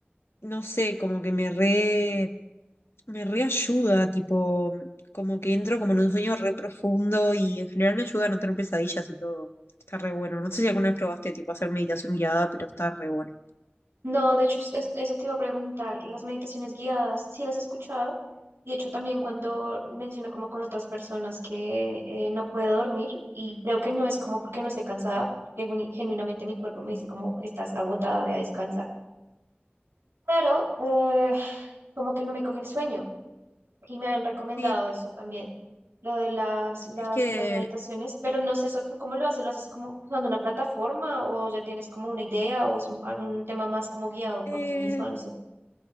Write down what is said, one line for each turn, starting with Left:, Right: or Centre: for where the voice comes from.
Left: no sé, como que me re, me reayuda, tipo, como que entro como en un sueño re profundo y en general me ayuda a no tener pesadillas y todo. Está re bueno. No sé si alguna vez probaste tipo hacer meditación guiada, pero está re bueno.
Right: No, de hecho, es- es- eso te iba a preguntar. Las meditaciones guiadas, sí las he escuchado. Y de hecho, también cuando menciono como con otras personas que eh, no puede dormir, y creo que no es como porque no esté cansada, que genu- genuinamente mi cuerpo me dice como estás agotada, voy a descansar. Pero eh, como que no me coge el sueño y me han recomendado
Left: Sí,
Right: eso también, lo de las, las,
Left: Es que
Right: las meditaciones, pero no sé eso, ¿tú cómo lo haces? ¿Lo haces como usando una plataforma o ya tienes como una idea o es un, un tema más como guiado por
Left: eh,
Right: ti misma? No sé.